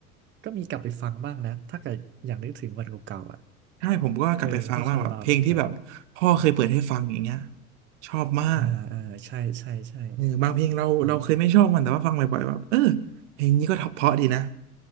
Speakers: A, on the right (about 25°); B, on the right (about 55°).
A: ก็มีกลับไปฟังบ้างนะถ้าเกิดอย่างนึกถึงวันเก่าๆอ่ะ
B: ใช่ผมก็กลับไปฟังบ้างแบบเพลงที่แบบพ่อเคยเปิดให้ฟังอย่างเงี้ย
A: เออพวกคาราบาวเหมือนกัน
B: ชอบมาก
A: อ่าอ่าใช่ใช่ใช่
B: เออบางเพลงเราเราเคยไม่ชอบมันแต่ว่าฟังบ่อยๆแบบเออ
A: อืม
B: เพลงนี้ก็เพราะดีนะ